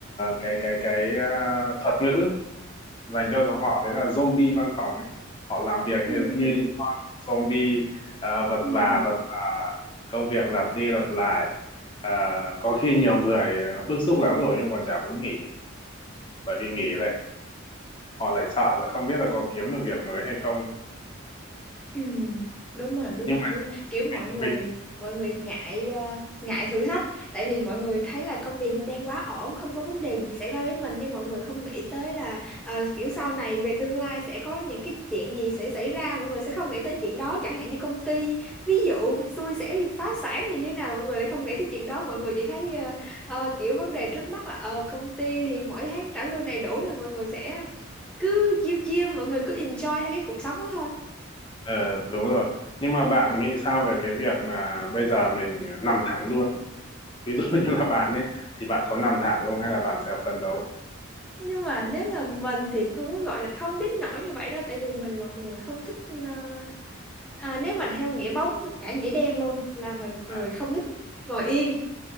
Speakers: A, on the left; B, in the centre.
A: cái cái cái à, thuật ngữ dành cho tụi họ đấy là zombie văn phòng ấy họ làm việc
B: ừ,
A: như như
B: ừ.
A: những con zombie à, vật
B: Ừ.
A: vã vật vã công việc lặp đi lặp lại à, có khi nhiều người à, bức xúc lắm rồi nhưng còn chả muốn nghỉ bởi vì nghỉ lại họ lại sợ là không biết là có kiếm được việc mới hay không
B: Ừ, đúng rồi đúng
A: nhưng
B: rồi
A: mà
B: đúng rồi. kiểu mọi người
A: mình
B: mọi người ngại à, ngại thử thách tại vì mọi người thấy là công việc nó đang quá ổn không có vấn đề gì xảy ra với mình nhưng mọi người không nghĩ tới là ờ, kiểu sau này về tương lai sẽ có những cái chuyện gì sẽ xảy ra mọi người sẽ không nghĩ tới chuyện đó chẳng hạn như công ty ví dụ xui sẽ bị phá sản thì như nào mọi người lại không nghĩ tới chuyện đó mọi người chỉ thấy ờ, ờ, kiểu vấn đề trước mắt là ờ, công ty thì mỗi tháng trả lương đầy đủ thì mọi người sẽ cứ chiêu chiêu mọi người cứ enjoy theo cái cuộc sống đó thôi
A: Ờ, đúng rồi. Nhưng mà bạn nghĩ sao về cái việc mà bây giờ mình nằm thẳng luôn? Ví dụ <laughs> như là bạn ấy, thì bạn có nằm thẳng không hay là bạn sẽ phấn đấu?
B: nhưng mà nếu là mình thì cũng gọi là không đến nỗi như vậy đâu tại vì mình là một người không thích ờ, à, nếu mà theo nghĩa bóng cả nghĩa đen luôn là mình một
A: À,
B: người không thích ngồi yên